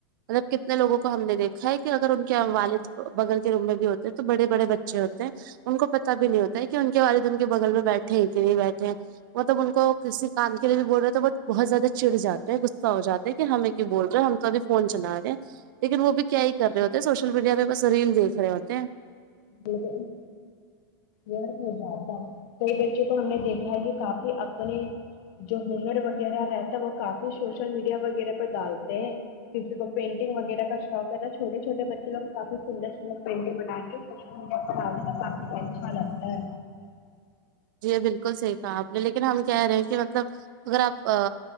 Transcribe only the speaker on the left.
بالکل یہ ہو جاتا کئی بچوں کو ہم نے دیکھا ہے کہ کافی اپنے جو ہنر وغیرہ رہتا ہے وہ کافی سوشل میڈیا وغیرہ پر ڈالتے ہیں کسی کو پینٹنگ وغیرہ کا شوق ہے تو چھوٹے چھوٹے بچے لوگ کافی سندر سندر پینٹنگ بنا کے سوشل میڈیا پر آ نا کافی فائدے لگتا ہے